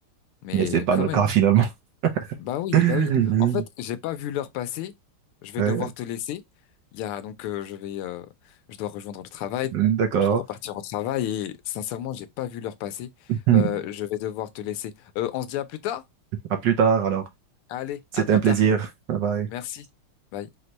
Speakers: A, on the left; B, on the right.
A: Mais
B: Mais c'est pas
A: quand
B: le
A: même.
B: cas finalement.
A: Bah oui,
B: <laughs>
A: bah oui. En fait, j'ai pas vu l'heure passer. Je vais
B: Ouais,
A: devoir te laisser. Il y a, donc, euh, je vais, euh, je dois rejoindre le travail.
B: d'accord.
A: Je dois repartir au travail et sincèrement, j'ai pas vu l'heure passer.
B: <laughs>
A: Euh, je vais devoir te laisser. Euh, on se dit à plus tard?
B: À plus tard alors.
A: Allez,
B: C'était
A: à plus
B: un plaisir.
A: tard.
B: Bye bye.
A: Merci. Bye.